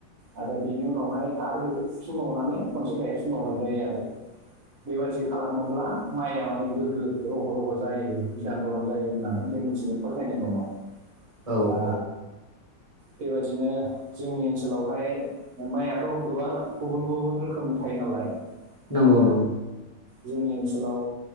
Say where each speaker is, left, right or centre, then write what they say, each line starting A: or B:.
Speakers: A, on the right; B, on the right.
A: आरो बेनि उनावहाय आरो बेखौ फुुफिनबावनानै खनसे गाय फिनबावनाय जायो आरो बेबायदि खालामोब्ला माइया माने गोग्गो रग' रग' जायो गोदान गोलाव जायो होननानै जों मिथिनो फोथायनाय दङ
B: औ
A: दा
B: औ
A: बेबायदिनो जोंनि ओनसोलावहाय माइयाथ' गोबां गुबुन गुबुन रोखोमनि थायो नालाय
B: नंगौ
A: ओ
B: नंगौ
A: जोंनि ओनसोलाव